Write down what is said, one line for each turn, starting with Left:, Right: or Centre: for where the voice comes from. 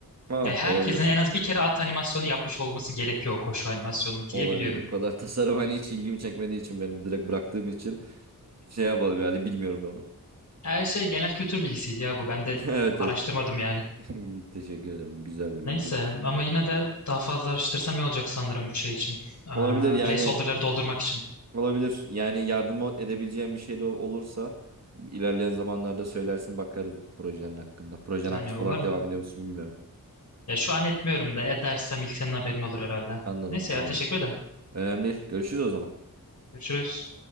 Right: Ha
Left: Yani herkesin
Right: olabilir.
Left: en az bir kere at animasyonu yapmış olması gerekiyor koşu animasyonu diye
Right: Olabilir.
Left: biliyorum.
Right: O kadar <laughs> tasarım hani hiç ilgimi çekmediği için benim direkt bıraktığım için şey yapalım yani bilmiyorum ben onu. <laughs>
Left: Her şey genel kültür bilgisiydi ya bu ben de
Right: Evet
Left: araştırmadım
Right: evet.
Left: yani.
Right: <laughs> İyi, Teşekkür ederim. Bu güzel bir
Left: Neyse
Right: bilgi olmuş oldu.
Left: ama yine de daha fazla araştırsam iyi olacak sanırım bu şey için. Ee,
Right: Olabilir yani
Left: placeholder'ları doldurmak için.
Right: olabilir. Yani yardım edebileceğim bir şey de olursa ilerleyen zamanlarda söylersin bakarız projenin hakkında. Projen
Left: Yani
Right: aktif
Left: umarım.
Right: olarak devam ediyor musun bilmiyorum.
Left: Ya şu an etmiyorum da edersem ilk senin haberin olur herhalde.
Right: Anladım
Left: Neyse
Right: tamamdır.
Left: ya teşekkür ederim.
Right: Önemli değil. Görüşürüz o zaman.
Left: Görüşürüz.